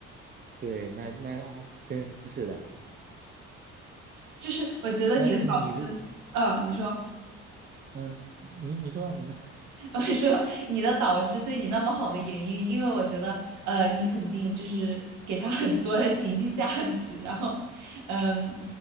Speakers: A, on the right; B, on the right.
A: 对，那那啊，真是的。
B: 就是我觉得你的老师，
A: 那你的，
B: 嗯，你说。
A: 嗯，你你说吧你说，
B: <laughs> 我说你的导师对你那么好的原因，因为我觉得，呃，你肯定就是给他很多的情绪价值，然后，嗯，